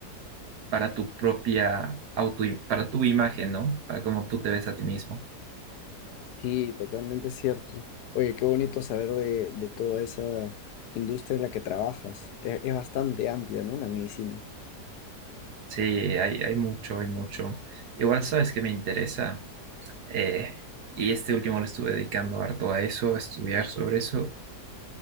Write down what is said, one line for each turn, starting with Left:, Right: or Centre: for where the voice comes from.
Right: para tu propia auto, para tu imagen, ¿no? Para cómo tú te ves a ti mismo.
Left: Sí, totalmente cierto. Oye, qué bonito saber de, de toda esa industria en la que trabajas. Es, es bastante amplia, ¿no? La medicina.
Right: Sí, hay, hay mucho, hay mucho. Igual sabes que me interesa, eh, y este último le estuve dedicando harto a eso, a estudiar sobre eso